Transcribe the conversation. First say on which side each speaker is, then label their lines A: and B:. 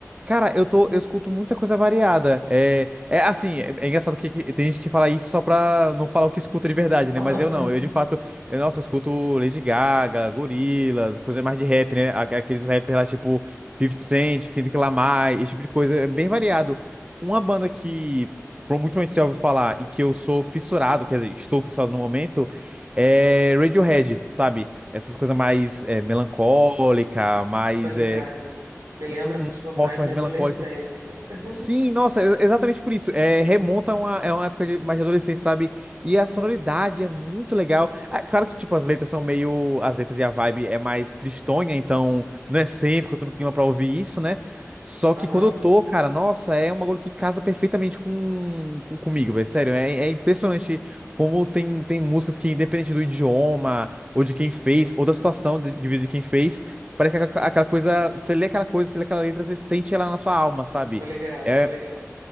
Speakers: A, on the right; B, on the right.
A: Cara, eu tô, eu escuto muita coisa variada. É, é assim, é, é engraçado que, que tem gente que fala isso só pra não falar o que escuta de verdade, né?
B: Aham,
A: Mas eu
B: aham,
A: não, eu de fato, eu, nossa, eu escuto Lady Gaga, Gorillaz, coisa mais de rap, né? Aqu- Aqueles rappers lá tipo Fifty Cent, Kendrick Lamar, esse tipo de coisa, é bem variado. Uma banda que pro- muito provavelmente você já ouviu falar e que eu sou fissurado, quer dizer, estou fissurado no momento, é Radiohead, sabe? Essas coisas mais é, melancólica, mais
B: tô ligada.
A: é,
B: Me lembra,
A: um
B: tipo,
A: um
B: mais
A: rock mais
B: minha adolescência.
A: melancólico.
B: <laughs>
A: Sim, nossa, é exatamente por isso. É, remonta a uma, é uma época de mais de adolescência, sabe? E a sonoridade é muito legal. Ah, claro que, tipo, as letras são meio. As letras e a vibe é mais tristonha, então não é sempre que eu tô no clima pra ouvir isso, né? Só
B: Aham,
A: que quando eu tô, cara, nossa, é um bagulho que casa perfeitamente com, com- comigo, velho. Sério, é, é impressionante como tem, tem músicas que, independente do idioma, ou de quem fez, ou da situação de, de vida de quem fez, parece que aquela aquela coisa. Você lê aquela coisa, você lê aquela letra, você sente ela na sua alma, sabe?
B: tô ligada,
A: É
B: tô ligada.